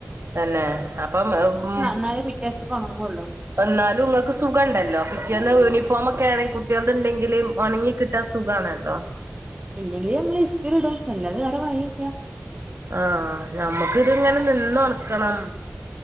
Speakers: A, on the right; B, on the right.
A: തന്നെ അപ്പം ഉ
B: എന്നാലേ പിറ്റേസക്ക് ഒണങ്ങുള്ളൂ
A: എന്നാലുംങ്ങക്ക് സുഖം ഉണ്ടല്ലോ പിറ്റേന്ന് ഫോമക്കെ ആണെങ്കിൽ കുട്ടികളത് ഉണ്ടെങ്കിലും വണങ്ങി കിട്ടാ സുഖമാണല്ലോ
B: ഇല്ലെങ്കിലും നമ്മള് ഇസ്തിരി ഇടും പില്ലെ വേറെ വഴിയില്ല
A: ആഹ ഞമ്മുക്കിത്ങ്ങനെ നിന്ന അടുക്കണം